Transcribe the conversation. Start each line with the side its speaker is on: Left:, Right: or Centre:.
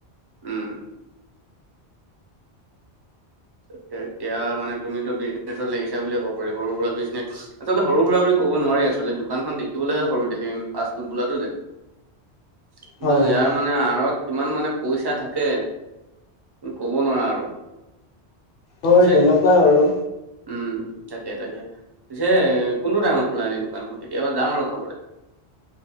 Right: উম ‌এতিয়া এতিয়া মানে তুমিতো বিজনেছত লাগিছা বুলিয়ে কব পাৰি। সৰু সুৰা বিজনেছ। আচলতে সৰু সুৰা বুলি ক'ব নোৱাৰি। আচলতে দোকানখন দেখিবলৈহে সৰু দেখে কিন্তু ফাষ্টফুড বোলাটো যে কিন্তু
Left: হয়, হয়,
Right: ইয়াৰ মানে আঁৰত কিমান মানে পইচা থাকে। উম ক'ব নোৱাৰা আৰু
Left: হয়।
Right: পিছে
Left: তেনেকুৱাই আৰু
Right: উম তাকে তাকে। পিছে এ কোনটো টাইমত খোলা এনেই দোকানখন? কেতিয়াবা যাম আৰু খাবলে।